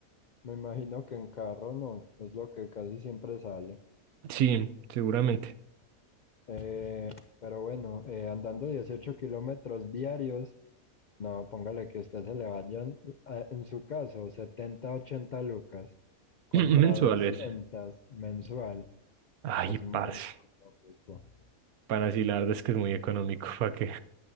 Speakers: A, on the left; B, on the right.
A: Me imagino que en carro no, es lo que casi siempre sale.
B: Sí, seguramente.
A: Eh, pero bueno, eh, andando 18 kilómetros diarios, no, póngale que usted se le vayan, eh, en su caso, 70, 80 lucas contra
B: <clears throat> Mensuales.
A: 200 mensual,
B: Ay,
A: es
B: parce.
A: muy económico.
B: Para sí, la verdad es que es muy económico, ¿para qué?